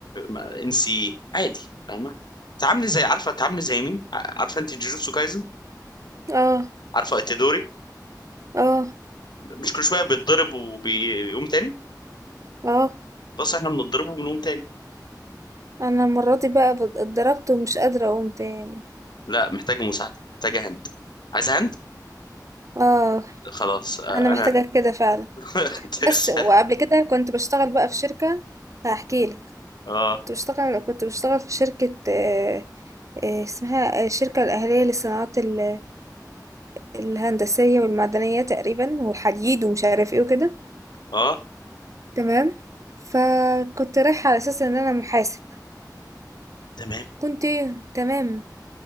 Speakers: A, on the left; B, on the right.
A: ما- انسي عادي فاهمة تعاملي زي عارفة تعاملي زي مين ع- عارفة انت جوجوتسو كايزن
B: آه،
A: عارفة اتيدوري
B: آه،
A: مش كل شوية بيتضرب وبيقوم تاني
B: آه،
A: بس احنا بنضربه وبنقوم تاني
B: أنا المرّة دي بقى ب اتضربت ومش قادرة أقوم تاني،
A: لا محتاجة مساعدة محتاجة هند عايزة هند
B: آه،
A: خلاص آه،
B: أنا محتاجة
A: انا
B: كده فعلًا،
A: <laughs>
B: بس وقبل كده كنت باشتغل بقى في شركة هاحكي لك،
A: اه
B: كنت باشتغل كنت باشتغل في شركة آآ، آآ، اسمها آه، الشركة الأهلية للصناعات ال الهندسية والمعدنية تقريبًا والحديد ومش عارف إيه وكده،
A: اه
B: تمام، فكنت رايحة على أساس إن أنا محاسب،
A: تمام
B: كنت إيه؟ تمام.